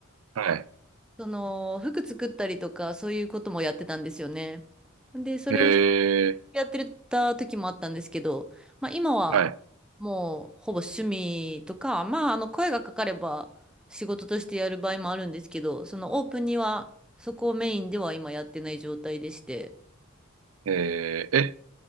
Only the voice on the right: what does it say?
はい。
え
ー、はい。
えー、え、